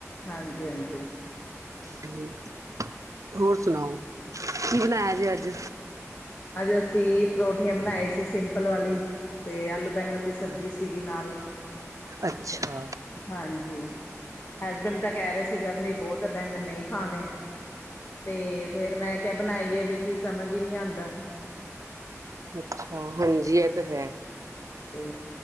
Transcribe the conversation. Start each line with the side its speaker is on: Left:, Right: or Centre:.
Left: ਹਾਂਜ ਹਾਂਜੀ।
Right: ਹਮ। ਹੋਰ ਸੁਣਾਓ। ਕੀ ਬਣਾਇਆ ਜੇ ਅੱਜ
Left: ਅੱਜ ਅਸੀਂ ਪਰੋਠੀਆਂ ਬਣਾਈ ਸੀ ਸਿੰਪਲ ਵਾਲੀ ਤੇ ਆਲੂ ਬੈਗਣ ਦੀ ਸਬਜ਼ੀ ਸੀਗੀ ਨਾਲ।
Right: ਅੱਛਾ।
Left: ਹਾਂਜੀ ਹਸਬੈਂਡ ਤਾਂ ਕਹਿ ਰਹੇ ਸੀ ਗਰਮੀ ਉਹ ਤੇ ਬੈਂਗਨ ਨਹੀਂ ਖਾਣੇ। ਤੇ ਫੇਰ ਮੈਂ ਕਿਹਾ ਬਣਾਈਏ ਵੀ ਕੀ ਸਮਝ ਹੀ ਨਹੀਂ ਆਉਂਦਾ।
Right: ਅੱਛਾ। ਹਾਂਜੀ, ਇਹ ਤਾਂ ਹੈ।
Left: ਤੇ